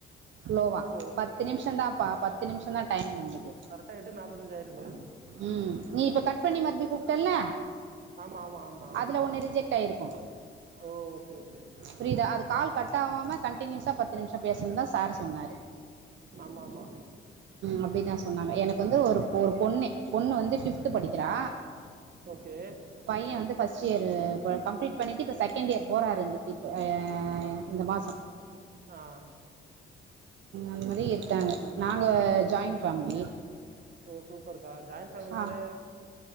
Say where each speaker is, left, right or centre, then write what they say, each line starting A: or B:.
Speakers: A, on the right; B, on the right.
A: லோவா
B: ஓ ஓகே
A: பத்து
B: ஓகே
A: நிம்ஷதாபா பத்து நிம்ஷதா டைம் நம்பளுக்கு
B: கரெக்டாக எட்டு நாற்பத்தஞ்சு ஆயிருக்கு
A: உம் நீ இப்ப கட் பண்ணி மறுபுடி கூப்டல்ல
B: ஆமாம் ஆமாம் ஆமாம்
A: அதுல ஒன்னு ரிஜெக்ட் ஆயிருக்கு
B: ஓ ஓகே ஓகே
A: புரியுதா அது கால் கட்டாவாம கண்டினியூஸா பத்து நிமிஷொ பேசணுதா சார் சொன்னாரு
B: ஆமாமா
A: அப்படி தான் சொன்னாங்க எனக்கு வந்து ஒரு ஒரு பொண்ணு பொண்ணு வந்து ஃப்பிப்து படிக்குறா
B: ஓகே
A: பைய வந்து ஃபஸ்டு இயரு கம்ப்ளீட் பண்ணிட்டு இப்ப செகண்ட் இயர் போராறிந்து ஏ இந்த மாசோ
B: ஆ
A: அந்த மாதிரி இருக்காங்க நாங்கள் ஜாயின்ட் ஃபேமிலி
B: ஓ சூப்பர்க்கா ஜாயின் ஃபேமிலினாலே
A: ஆ